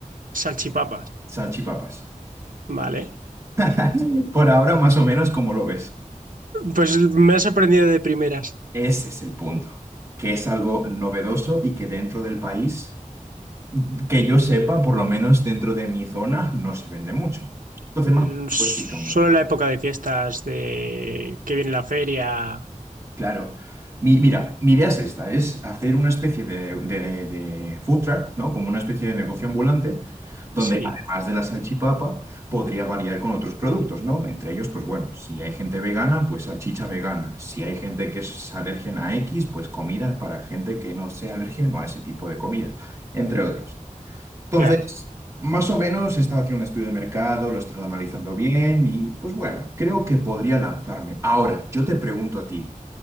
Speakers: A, on the right (about 80°); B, on the right (about 20°).
A: Salchipapas,
B: Salchipapas.
A: vale.
B: <laughs> Por ahora más o menos como lo ves.
A: Pues me ha sorprendido de primeras.
B: Ese es el punto, que es algo novedoso y que dentro del país Que yo sepa, por lo menos dentro de mi zona, no se vende mucho. Entonces,
A: Mm,
B: más o menos te
A: Solo
B: voy explicando.
A: en la época de fiestas, de que viene la feria.
B: Claro. Mi- mira, mi idea es esta, es hacer una especie de, de- de- de food truck, ¿no? Como una especie de negocio ambulante, donde
A: Sí,
B: además de la salchipapa, podría variar con otros productos, ¿no? Entre ellos, pues bueno, si hay gente vegana, pues salchicha vegana. Si hay gente que es alérgena a X, pues comida para gente que no sea alérgena a ese tipo de comida, entre otros. Entonces,
A: claro.
B: más o menos he estado haciendo un estudio de mercado, lo he estado analizando bien y pues bueno, creo que podría lanzarme. Ahora, yo te pregunto a ti,